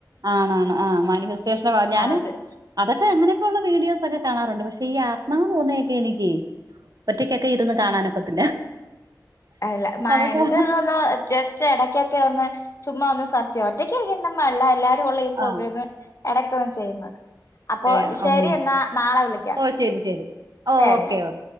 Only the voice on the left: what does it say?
അത്
അല്ലെ മായ്
ഇത് ഒന്ന് ജെസ് ചെ എടക്കെക്കെ ഒന്ന് ചുമ്മാ ഒന്ന് സെർച്ചെയ ഒറ്റക്കീ <unintelligible> എല്ലാരൊള്ള ഈ പൊകേന്ന്
എടയ്ക്കോന് ചെയ്യ്ന്നത് അപ്പൊ
ശെരി
എന്നാ നാളെ വിളിക്കാം
ശെരി